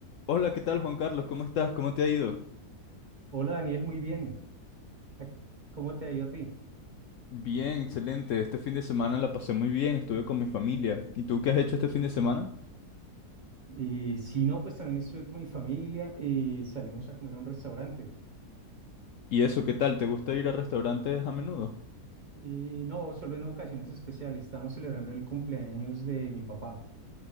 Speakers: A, on the left (about 70°); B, on the right (about 30°).
A: Hola, ¿qué tal Juan Carlos? ¿Cómo estás? ¿Cómo te ha ido?
B: Hola Daniel, muy bien. Ac- ¿Cómo te ha ido a ti?
A: Bien, excelente. Este fin de semana la pasé muy bien, estuve con mi familia. ¿Y tú qué has hecho este fin de semana?
B: Eh, sí, no, pues también estuve con mi familia y salimos a comer a un restaurante.
A: ¿Y eso, qué tal? ¿Te gusta ir a restaurantes a menudo?
B: Y no, solo en ocasiones especiales. Estamos celebrando el cumpleaños de mi papá.